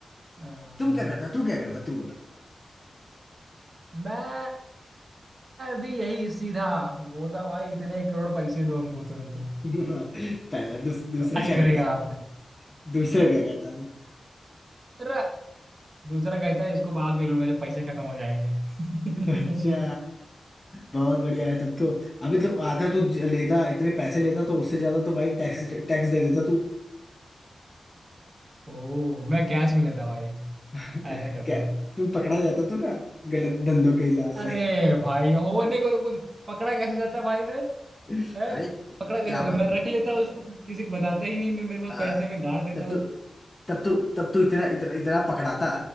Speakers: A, on the right (about 45°); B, on the left (about 20°).
A: अ,
B: तुम क्या करता तू क्या करता तू बता <laughs>
A: मैं भी यही सीधा बोलता हूँ, भाई इतने करोड़ पैसे दो हमको तुरंत तो
B: पहला दूस, दूसरा
A: राज
B: क्या
A: करेगा
B: करता था
A: आप पर।"
B: दूसरा क्या करता था
A: दूसरा दूसरा कहता है इसको बाद में लूंगा जब पैसे खत्म हो जाएंगे <laughs>
B: अच्छा बहुत बढ़िया है तब तो अबे तो आधा तो ज- लेता इतने पैसे लेता तो उससे ज्यादा तो भाई टैक्स टैक्स दे देता तू
A: ओ मैं कैश में लेता भाई
B: <laughs>
A: ऐसा करता
B: क्या
A: मैं
B: तुम पकड़ा जाता तू ना गलत धंधों के हिसाब
A: अरे
B: से
A: भाई होने को तो कुछ पकड़ा कैसे जाता भाई मैं
B: <laughs>
A: है
B: अरे
A: पकड़ा कैसे
B: क्या
A: जाता मैं रख लेता उसको किसी को बताता ही नहीं मैं मेरे पास
B: आ,
A: पैसे में गाड़ देता
B: तब तो तब तो तब तो इतना इतना इतना पकड़ाता